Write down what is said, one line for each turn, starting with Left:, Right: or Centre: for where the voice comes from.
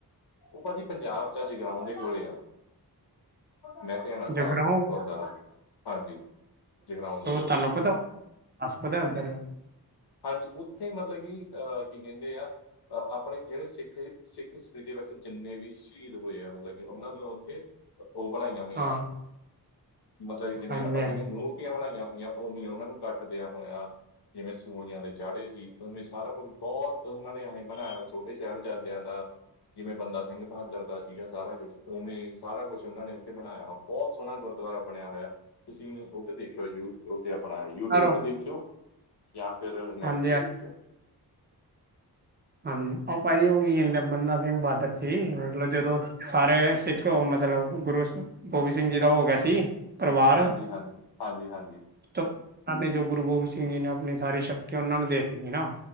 Left: ਉਹ ਭਾਜੀ ਪੰਜਾਬ ਚ ਏ, ਜਗਰਾਉਣ ਦੇ ਕੋਲੇ ਆ। ਮੇਹਤੇਆਣਾ ਸਾਹਿਬ
Right: ਜਗਰਾਉਂ
Left: ਗੁਰਦੁਆਰਾ, ਹਾਂਜੀ। ਜਗਰਾਉਂ ਦੇ
Right: ਸ
Left: ਕੋਲੇ
Right: ਤਾਨੂੰ ਪਤਾ? ਹਸ ਪਦੇ ਉੱਧਰ
Left: ਹਾਂਜੀ, ਉੱਥੇ ਮਤਲਬ ਕਿ, ਅਹ ਕੀ ਕਹਿੰਦੇ ਆ? ਅਹ ਆਪਣੇ ਜਿਹੜੇ ਸਿੱਖ, ਸਿੱਖ ਸਿਤੀ ਵਿੱਚ ਜਿੰਨੇ ਵੀ ਸ਼ਹੀਦ ਹੋਏ ਆ ਮਤਲਬ ਕਿ, ਉਹਨਾਂ ਦੇ ਉੱਥੇ ਉਹ ਬਾਹਾਈਆਂ ਪਈਆਂ,
Right: ਹਾਂ
Left: ਮਤਲਬ ਜਿਵੇਂ
Right: ਹਾਂਜੀ
Left: ਆਪਾਂ
Right: ਹਾਂਜੀ
Left: ਕਹਿੰਦੇ ਆ ਮੂੰਹ ਮੂਰਤੀਆਂ ਬਣਾਈਆਂ ਹੋਈਆਂ, ਉਹ ਵੀ ਉਹਨਾਂ ਨੂੰ ਕੱਟ ਦਿਆਂ ਹੋਇਆ, ਜਿਵੇਂ ਸੰਗੋਲੀਆਂ ਦੇ ਚਾੜੇ ਸੀ। ਔਵੇਂ ਸਾਰਾ ਕੁਛ ਬਹੁਤ ਉਹਨਾਂ ਨੇ ਔਵੇਂ ਬਣਾਇਆ, ਛੋਟੇ ਸਾਹਿਬਜ਼ਾਦਿਆਂ ਦਾ। ਜਿਵੇਂ ਬੰਦਾ ਸਿੰਘ ਬਹਾਦਰ ਦਾ ਸੀਗਾ ਸਾਰਾ ਕੁਛ, ਉਵੇਂ ਸਾਰਾ ਕੁਛ ਉਹਨਾਂ ਨੇ ਉੱਥੇ ਬਣਾਇਆ ਵਾ। ਬਹੋਤ ਸੋਹਣਾ ਗੁਰਦੁਆਰਾ ਬਣਿਆ ਹੋਇਆ, ਤੁਸੀਂ ਉਥੇ ਦੇਖਿਓ, ਯੂ ਉਹ ਤੇ ਆਪਣਾ ਯੂ ਟਿਊਬ
Right: ਕਰੋ
Left: ਤੇ ਦੇਖਿਓ। ਜਾਂ ਫਿਰ ਨੈਟ
Right: ਹਾਂਜੀ
Left: ਤੇ
Right: ਹਾਂਜੀ
Left: ਦੇਖਿਓ।
Right: ਹਾਂਜੀ, ਉਹ ਭਾਜੀ ਉਹ ਵੀ ਹਿੰਦ ਬੰਦਾ ਸਿੰਘ ਬਹਾਦਰ ਸੀ, ਮਤਲਬ ਜਦੋਂ ਸਾਰੇ ਸਿੱਖ ਮਤਲਬ <unintelligible> ਗੁਰੂ ਗੋਬਿੰਦ ਸਿੰਘ ਜੀ ਦਾ ਹੋ ਗਿਆ ਸੀ। ਪਰਿਵਾਰ
Left: ਹਾਂਜੀ-ਹਾਂਜੀ, ਹਾਂਜੀ-ਹਾਂਜੀ।
Right: ਉਹਨਾਂ ਨੇ, ਜੋ ਗੁਰੂ ਗੋਬਿੰਦ ਸਿੰਘ ਜੀ ਨੇ ਆਪਣੀ ਸਾਰੀ ਸ਼ਕਤੀਆਂ ਉਹਨਾਂ ਨੂੰ ਦੇਤੀ ਸੀ ਨਾ।